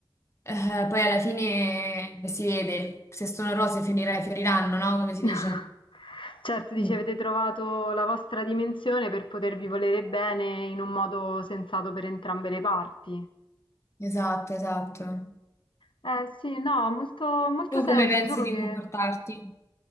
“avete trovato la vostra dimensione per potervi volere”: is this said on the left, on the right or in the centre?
Left